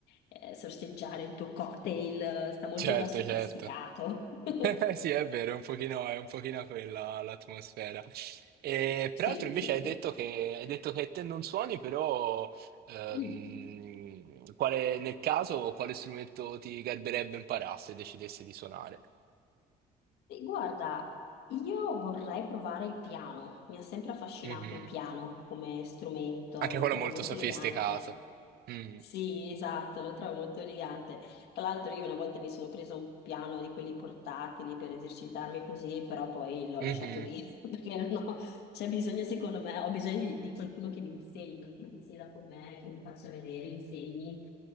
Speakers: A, on the left; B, on the right.
A: eh, sorseggiare un tuo cocktail, eh, sta molto
B: Certo,
A: da sofisticato.
B: certo.
A: <laughs>
B: <laughs> Sì, è vero, è un pochino, è un pochino quella l'atmosfera. E,
A: Sì,
B: peraltro invece
A: sì,
B: hai
A: sì.
B: detto che, hai detto che te non suoni, però ehm,
A: Mm.
B: quale, nel caso quale strumento ti garberebbe imparare se decidessi di suonare?
A: E Guarda, io vorrei provare il piano. Mi ha sempre affascinato
B: Mhm.
A: il piano come strumento,
B: Anche
A: lo
B: quello
A: trovo
B: molto
A: molto
B: sofisticato.
A: elegante.
B: Mm.
A: Sì, esatto, lo trovo molto elegante. Tra l'altro io una volta mi sono presa un piano di quelli portatili per esercitarmi così, però poi l'ho
B: Mhm.
A: lasciato lì <laughs> perché non ho, c'è bisogno, secondo me, ho bisogno di, di qualcuno che mi insegni, che mi sieda con me, che mi faccia vedere, insegni,